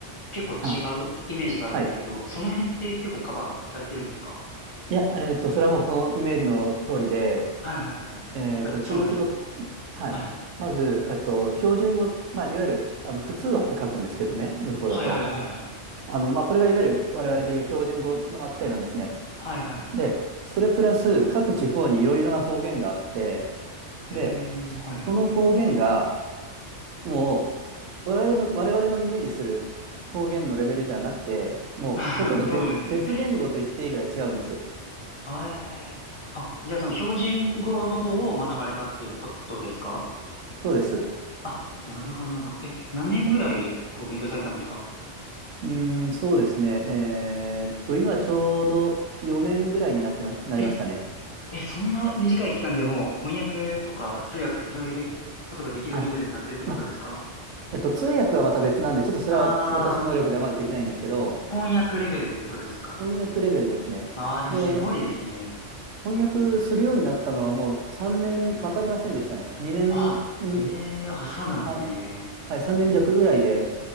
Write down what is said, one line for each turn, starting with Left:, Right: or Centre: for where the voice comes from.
Left: 結構違うイメージがあるんですけど、
Right: あ、はい。
Left: その辺って結構カバーされてるんですか
Right: いや、えーと、それはもうそのイメージの通りで、
Left: はいはいはいはい。
Right: えーと、
Left: やっぱりそうなんですよね。
Right: 中国語、はい。
Left: はいはい。
Right: まず、えっと、標準語、まあいわゆる、あの、普通話って書くんですけどね、向こうだと。
Left: はいはいはいはい。
Right: あの、まあこれがいわゆる我々でいう標準語の扱いなんですね。
Left: はいはいはい。
Right: で、それプラス各地方にいろいろな方言があって、で、
Left: ええはいは
Right: その方言がもう我々の、我々のイメージする方言のレベルではなくて、
Left: い。
Right: もうほとんど別、
Left: <laughs> そうなんですね。
Right: 別言語と言っていいぐらい違うんです。
Left: はい。あ、じゃあその標準語の方を学ばれたっていうことですか
Right: でもそうです。
Left: あ、なるほどなるほど。え、何年ぐらいこう勉強されたんですか
Right: で、うーん、そうですね。えーっと、今ちょうど4年ぐらいになってます、なりましたね。
Left: え、え、そんな短い期間でもう翻訳とか通訳とかそういうレことができるレベルになってるってことですか
Right: あ、まあ、えっと、通訳はまた別なんで、ちょっとそれは私の能力ではまだできないんですけど、
Left: ああー、翻訳レベルってことですか
Right: 翻訳レベルですね。
Left: ああ、でもすごいですね。
Right: で、翻訳するようになったのはもう3年かかりませんでしたね。2年半、
Left: あ、ええあ、そうなんですね。
Right: はい、3年弱ぐらいで